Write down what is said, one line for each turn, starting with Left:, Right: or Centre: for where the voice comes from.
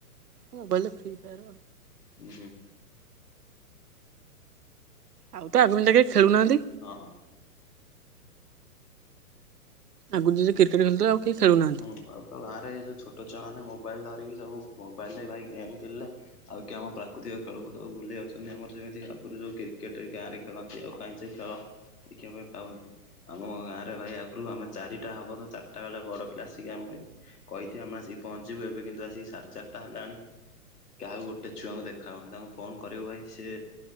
Right: ମୋବାଇଲରେ ଫ୍ରି ଫାୟାର
Left: ହୁ ହୁଁ।
Right: ଆଉ ତ ଆଗ ପିଲା କେହି ଖେଳୁନାହାନ୍ତି
Left: ହଁ।
Right: ଆଗରୁ ଯଦି କ୍ରିକେଟ ଖେଳୁଥିଲେ ଆଉ କେହି ଖେଳୁନାହାନ୍ତି।
Left: ହୁଁ ଆଉ ତ ଗାଁ ରେ ଯୋଉ ଛୋଟ ଛୁଆ ମାନେ ମୋବାଇଲ ଧରିକି ସବୁ ମୋବାଇଲରେ ଭାଇ ଗେମ୍ ଖେଳିଲେ ଆଉ କି ଆମ ପ୍ରାକୃତିକ ଖେଳକୁ ସବୁ ଭୁଲି ଯାଉଛନ୍ତି ଆମର ଯେମିତି ଆଗରୁ ଯୋଉ କ୍ରିକେଟ ଗାଁ ରେ ଖେଳନ୍ତି ଆଉ କାହିଁ ସେ ଖେଳ ଦେଖିବା ପାଇଁ ପାଉନି। ଆମ ଗାଁ ରେ ଭାଇ ଆଗରୁ ଆମେ ଚାରିଟା ହବ ତ ଚାରିଟା ବେଳେ ବଡ ପିଲା ଆସିକି ଆମେ କହିିଥିବେ ଆମେ ଆସିକି ପାହଞ୍ଚିବୁ ଏବେ କିନ୍ତୁ ଆସିକି ସାଢେ ଚାରିଟା ଚା ତାହେଲେ ଆଣି କାହାକୁ ଗୋଟେ ଛୁଆଙ୍କୁ ଦେଖାହଉନି ତାଙ୍କୁ ଫୋନ କରିବୁ ଭାଇ ସେ